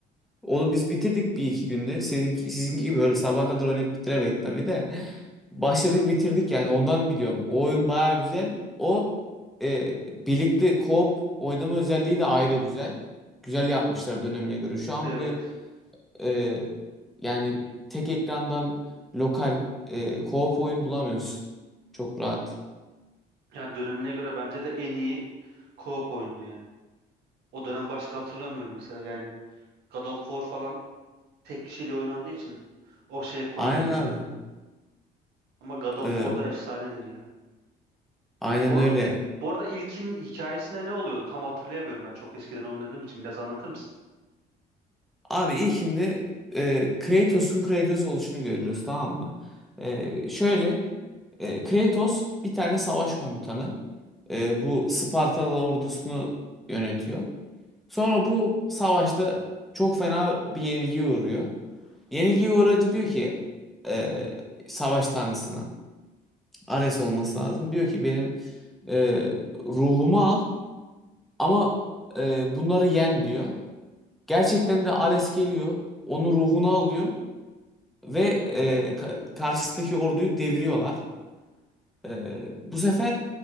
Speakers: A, in the centre; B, on the right.
A: Onu biz bitirdik bir iki günde. Senin, sizinki gibi böyle sabaha kadar oynayıp bitiremedik tabii de. Başladık bitirdik yani ondan biliyorum. O oyun baya güzel. O e, birlikte co-op oynama özelliği de ayrı güzel. Güzel yapmışlar dönemine göre. Şu an
B: Evet.
A: bile e, yani tek ekrandan lokal e, co-op oyun bulamıyorsun. Çok rahat.
B: Yani dönemine göre bence de en iyi co-op oyundu yani. O dönem başka hatırlamıyorum mesela yani God of War falan tek kişiyle oynandığı için o şeye koymuyorum
A: Aynen abi.
B: zaten. Ama God of
A: E,
B: War da efsanedir ya.
A: aynen
B: Bu, ar-
A: öyle.
B: bu arada ilkin hikayesinde ne oluyordu? Tam hatırlayamıyorum ben çok eskiden oynadığım için biraz anlatır mısın?
A: Abi ilkinde e, Kratos'un Kratos oluşunu görüyoruz tamam mı? E, şöyle e, Kratos bir tane savaş komutanı. E, bu Spartalı ordusunu yönetiyor. Sonra bu savaşta çok fena bir yenilgiye uğruyor. Yenilgiye uğracı diyor ki e, savaş tanrısına Ares olması lazım. Diyor ki benim e, ruhumu al ama e, bunları yen diyor. Gerçekten de Ares geliyor. Onun ruhunu al diyor. Ve e, Ka- karşısındaki orduyu deviriyorlar. E, bu sefer